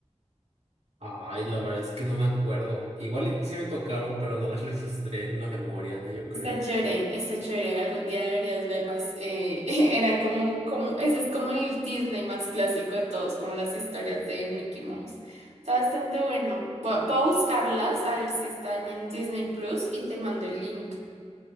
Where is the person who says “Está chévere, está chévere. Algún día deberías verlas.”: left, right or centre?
Right